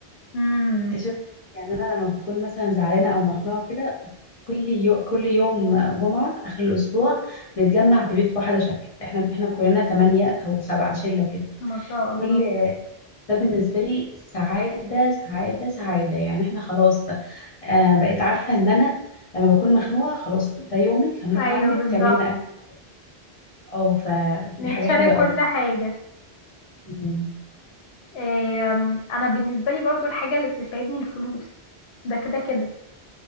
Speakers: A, on the left; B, on the left.
A: امم
B: شوف يعني انا لما بكون مثلا زعلانه او مخنوقه وكده كل يو... كل يوم جمعة آخر الأسبوع بنتجمع في بيت واحدة شكل احنا احنا كلنا تمانية أو سبعة شلة كده
A: ما شاء الله
B: كل ده بالنسبة لي سعادة سعادة سعادة يعني احنا خلاص آه بقيت عارفة إن أنا لما بكون مخنوقة خلاص ده يومك هنروح
A: ايوه
B: عندك
A: بالظبط
B: تعملنا أكل اه فدي
A: نتشارك
B: حاجة حلوة قوي
A: كل حاجه
B: مم.
A: آم، انا بالنسبه لي برضو الحاجه اللي بتسعدني الفلوس ده كده كده